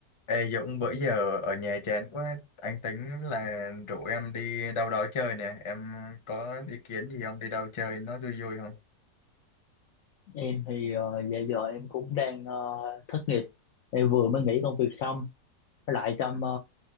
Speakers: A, on the left (about 45°); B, on the left (about 65°).
A: Ê Dũng, bữa giờ ở nhà chán quá, anh tính là rủ em đi đâu đó chơi nè, em có ý kiến gì không? Đi đâu chơi nó vui vui không?
B: Em thì ờ, dạ giờ em cũng đang ờ, thất nghiệp. Em vừa mới nghỉ công việc xong. Với lại trong ờ,